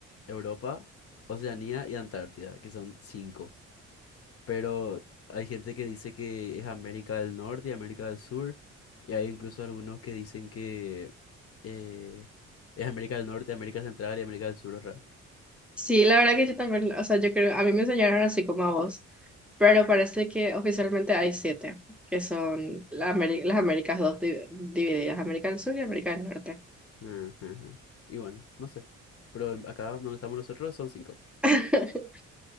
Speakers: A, on the left (about 50°); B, in the centre.
A: Europa, Oceanía y Antártida, que son cinco. Pero hay gente que dice que es América del Norte y América del Sur, y hay incluso algunos que dicen que eh, es América del Norte, América Central y América del Sur, otra.
B: Sí, la verdad que yo también, o sea, yo creo, a mí me enseñaron así como a vos, pero parece que oficialmente hay siete, que son la Ameri- las Américas dos di- divididas, América del Sur y América del Norte.
A: Ujú. ujú. Y bueno, no sé. Pero en- acá donde estamos nosotros son cinco.
B: <laughs>